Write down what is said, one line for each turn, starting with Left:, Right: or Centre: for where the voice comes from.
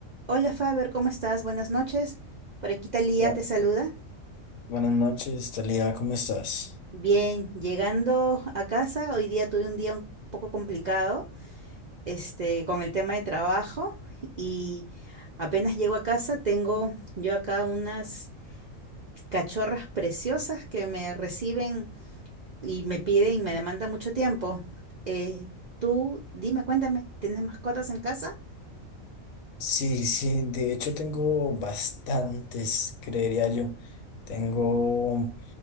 Right: Hola Faber, ¿cómo estás? Buenas noches. Por aquí Talía
Left: Hola.
Right: te saluda.
Left: Buenas noches, Talía, ¿cómo estás?
Right: Bien, llegando a casa, hoy día tuve un día un poco complicado, este, con el tema de trabajo y apenas llego a casa tengo yo acá unas cachorras preciosas que me reciben y me piden y me demandan mucho tiempo. Eh, tú, dime, cuéntame, ¿tienes mascotas en casa?
Left: Sí, sí, de hecho tengo bastantes, creería yo. Tengo,